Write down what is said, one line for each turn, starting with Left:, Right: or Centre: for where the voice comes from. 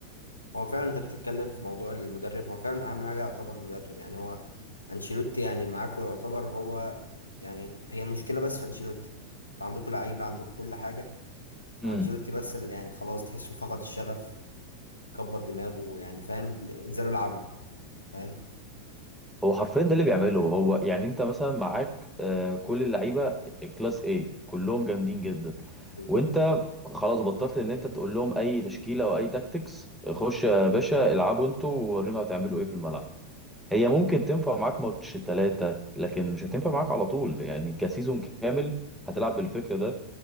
Left: هو فعلا انت بتتكلم في موضوع المدرب هو فعلا اهم حاجة يعتبر مدرب يعني هو انشيلوتي يعني معاكو يعتبر هو يعني هي المشكلة بس في انشيلوتي انتوا عندكوا لعيبة عندكوا كل حاجة
Centre: امم
Left: هو انشيلوتي بس اللي يعني خلاص تحسه فقد الشغف كبر دماغه يعني فاهم انزلوا العبوا فاهم
Centre: هو حرفيا ده اللي بيعمله هو يعني انت مثلا معاك آه، كل اللعيبه كلاس ايه كلهم جامدين جدا
Left: بالظبط
Centre: وانت خلاص بطلت ان انت تقول لهم اي تشكيله او اي تاكتكس خش يا باشا العبوا انتوا وورينا هتعملوا ايه في الملعب هي ممكن تنفع معاك ماتش ثلاثه لكن مش هتنفع معاك على طول يعني كسيزون كامل هتلعب بالفكر ده